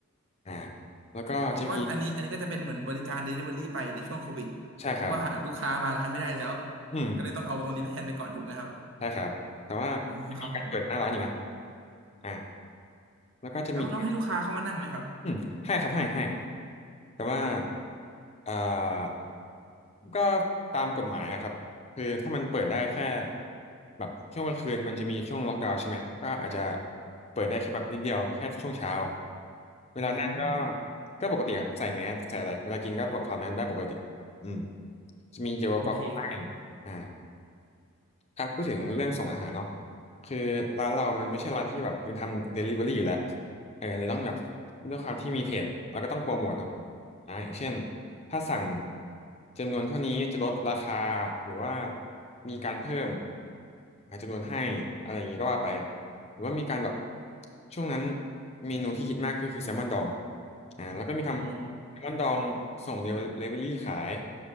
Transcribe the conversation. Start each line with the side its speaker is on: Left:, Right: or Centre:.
Left: อ่าแล้วก็จะมี
Right: อ๋อก็อันนี้อันนี้ก็จะเป็นเหมือนบริการ Delivery ไปในช่วงโควิดเพราะว่าลูกค้ามาร้านไม่ได้แล้ว
Left: ใช่ครับอืม
Right: ก็เลยต้องเอาตรงนี้ไปแทนไปก่อนถูกไหมครับ
Left: ใช่ครับแต่ว่าจะมีการเปิดหน้าร้านอยู่นะ
Right: อ๋อครับผม
Left: อ่าแล้วก็จะมี
Right: แล้วเราให้ลูกค้าเข้ามานั่งไหมครับ
Left: อืมให้ครับให้ให้ แต่ว่าอ่าก็ตามกฎหมายอะครับคือถ้ามันเปิดได้แค่แบบช่วงกลางคืนมันจะมีช่วงล็อกดาวน์ใช่ไหมก็อาจจะเปิดได้แค่แบบนิดเดียวแค่ช่วงเช้าเวลานั่งก็
Right: อืม
Left: ก็ปกติครับใส่แมสใส่อะไรเวลากินก็ปลดถอดแมสได้ปกติอืมจะมีเจลแอลกอฮอล์ให้
Right: โอเคครับ
Left: อ่าอ่ะพูดถึงเรื่องส่งอาหารเนาะคือร้านเรามันไม่ใช่ร้านที่แบบเป็นทำเดลิเวอรี่อยู่แล้วเออเลยต้องแบบด้วยความที่มีเพจเราก็ต้องโปรโมทเนาะ อ่าอย่างเช่นถ้าสั่งจำนวนเท่านี้จะลดราคาหรือว่ามีการเพิ่มอ่าจำนวนให้อะไรอย่างนี้ก็ว่าไปหรือว่ามีการแบบช่วงนั้นเมนูที่ฮิตมากคือคือแซลมอนดองอ่าแล้วก็มีทำแซลมอนดองส่งเดลิเวอรี่ขาย
Right: อ๋อ